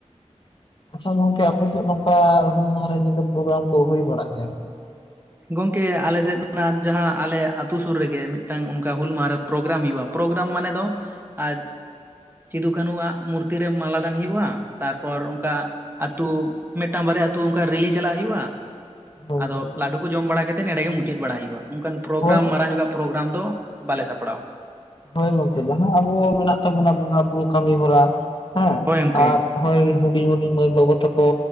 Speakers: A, on the left (about 40°); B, on the right (about 15°).
A: ᱟᱪᱷᱟ ᱜᱚᱝᱠᱮ ᱟᱯᱮ ᱥᱮᱫ ᱱᱚᱝᱠᱟ ᱦᱩᱞ ᱢᱟᱦᱟᱨᱮ ᱧᱤᱫᱟᱹ ᱯᱨᱳᱜᱨᱟᱢ ᱠᱚ ᱦᱩᱭ ᱵᱟᱲᱟᱜ ᱜᱮᱭᱟ ᱥᱮ?
B: ᱜᱚᱝᱠᱮ ᱟᱞᱮ ᱥᱮᱫ ᱡᱟᱦᱟᱸ ᱟᱞᱮ ᱟᱛᱳ ᱥᱩᱨ ᱨᱮᱜᱮ ᱢᱤᱫᱴᱟᱝ ᱚᱱᱠᱟ ᱦᱩᱞ ᱢᱟᱦᱟᱨᱮ ᱯᱨᱳᱜᱨᱟᱢ ᱦᱩᱭᱩᱜᱼᱟ ᱾ ᱯᱨᱳᱜᱨᱟᱢ ᱢᱟᱱᱮ ᱫᱚ ᱟᱨ ᱥᱤᱫᱩ ᱠᱟᱹᱱᱩᱣᱟᱜ ᱢᱩᱨᱛᱤ ᱨᱮ ᱢᱟᱞᱟ ᱫᱟᱱ ᱦᱩᱭᱩᱜᱼᱟ ᱛᱟᱨᱯᱚᱨ ᱚᱱᱠᱟ ᱟᱛᱳ ᱢᱤᱫᱴᱟᱝ ᱵᱟᱨᱭᱟ ᱟᱹᱛᱩ ᱚᱱᱠᱟ ᱨᱤᱞᱤ ᱪᱟᱞᱟᱜ ᱦᱩᱭᱩᱜᱼᱟ᱾
A: ᱵᱟᱝ
B: ᱟᱫᱚ
A: ᱦᱳᱭ
B: ᱞᱟᱹᱰᱩ ᱠᱚ ᱡᱚᱢ ᱵᱟᱲᱟ ᱠᱟᱛᱮᱫ ᱱᱚᱸᱰᱮ ᱜᱮ ᱢᱩᱪᱟᱹᱫ ᱵᱟᱲᱟᱭ ᱦᱩᱭᱩᱜᱼᱟ ᱚᱱᱠᱟᱱ ᱯᱨᱳᱜᱨᱟᱢ
A: ᱦᱳᱭ
B: ᱢᱟᱨᱟᱝ ᱧᱚᱜᱼᱟᱜ ᱯᱨᱳᱜᱨᱟᱢ ᱫᱚ ᱵᱟᱞᱮ ᱥᱟᱯᱲᱟᱣᱟ
A: ᱦᱳᱭ ᱜᱚᱝᱠᱮ ᱡᱟᱦᱟᱸ ᱟᱵᱚ ᱢᱮᱱᱟᱜ ᱛᱟᱵᱚᱱᱟ ᱵᱚᱸᱜᱟ ᱵᱩᱨᱩ ᱠᱟᱹᱢᱤ ᱦᱚᱨᱟ ᱦᱮᱸ
B: ᱦᱳᱭ ᱜᱚᱝᱠᱮ
A: ᱟᱨ ᱦᱳᱭ ᱦᱩᱰᱤᱧ ᱦᱩᱰᱤᱧ ᱢᱟᱹᱭ ᱵᱟᱹᱵᱩ ᱛᱟᱠᱚ